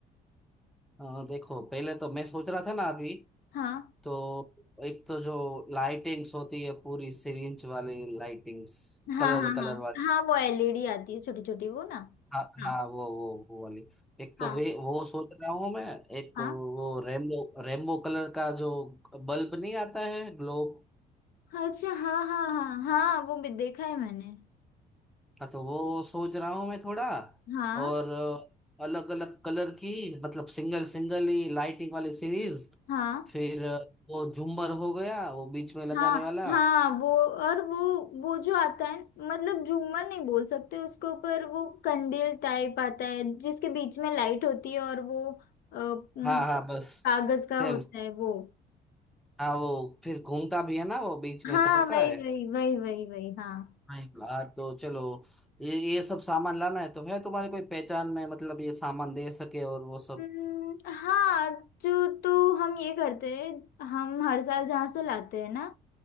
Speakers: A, in the centre; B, on the left (about 65°).
A: हाँ, देखो पहले तो मैं सोच रहा था ना अभी
B: हाँ
A: तो एक तो जो लाइटिंग्स होती है पूरी सिरिंज वाली लाइटिंग्स
B: हाँ
A: कलर
B: हाँ
A: कलर
B: हाँ
A: वाली
B: हाँ वो एलईडी आती है छोटी छोटी वो ना
A: हाँ
B: हाँ
A: हाँ वो वो वो वाली एक तो
B: हाँ
A: वे वो सोच रहा हूँ मैं एक
B: हाँ
A: वो रेमबो रेमबो कलर का जो बल्ब नहीं आता है ग्लोब
B: हाँ, अच्छा हाँ हाँ हाँ हाँ वो भी देखा है मैंने
A: हाँ तो वो सोच रहा हूँ मैं थोड़ा
B: हाँ
A: और अलग अलग कलर की मतलब सिंगल सिंगल ही लाइटिंग वाली सीरीज
B: हाँ
A: फिर अ, वो झूमर हो गया वो बीच में लगाने
B: हाँ
A: वाला
B: हाँ वो और वो वो जो आता है मतलब झूमर नहीं बोल सकते उसको पर वो कंडील टाइप आता है जिसके बीच में लाइट होती है और वो अ, मतलब
A: हाँ हाँ बस
B: कागज का
A: सेम
B: होता है वो
A: हाँ वो फिर घूमता भी है ना वो बीच में
B: हाँ
A: से पता
B: वही
A: है
B: वही वही वही वही हाँ
A: हाँ हाँ तो चलो ये ये सब सामान लाना है तो है तुम्हारे कोई पहचान में मतलब ये सामान दे सके और वो सब
B: हम्म, हाँ जो तो हम ये करते हैं हम हर साल जहाँ से लाते हैं ना